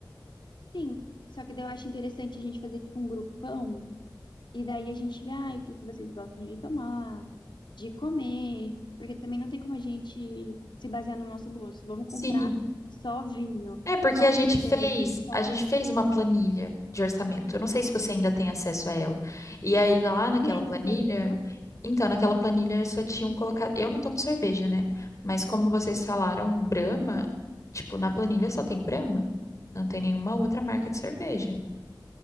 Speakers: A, on the left; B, on the left.
A: Sim. Só que daí eu acho interessante a gente fazer tipo um grupão, e daí a gente vê, ah, o que que vocês gostam de tomar, de comer, porque também não tem como a gente se basear no nosso gosto. Vamos comprar
B: Sim,
A: só vinho,
B: É porque
A: só
B: a gente
A: cerveja,
B: fez,
A: só.
B: a gente fez uma planilha de orçamento. Eu não sei se você ainda tem acesso a ela. E aí lá naquela
A: Tem,
B: planilha,
A: tem.
B: então naquela planilha só tinham colocado, eu não tomo cerveja, né? Mas como vocês falaram Brahma, tipo, na planilha só tem Brahma, não tem nenhuma outra marca de cerveja.